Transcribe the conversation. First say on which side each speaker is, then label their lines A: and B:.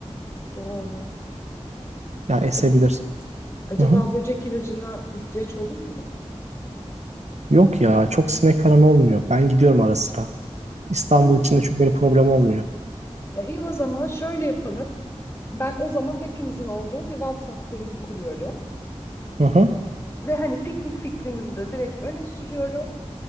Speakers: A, on the left (about 20°); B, on the right (about 80°).
A: Doğru.
B: ya esebilir.
A: A- Acaba
B: Hı hı.
A: böcek ilacına ihtiyaç olur mu?
B: Yok ya çok sinek falan olmuyor ben gidiyorum ara sıra İstanbul
A: Ha,
B: içinde çünkü böyle problem olmuyor.
A: e, iyi o zaman şöyle yapalım. Ben o zaman hepimizin olduğu bir WhatsApp grubu kuruyorum.
B: Hı hı.
A: Ve hani piknik fikrimizi de direkt öne sürüyorum.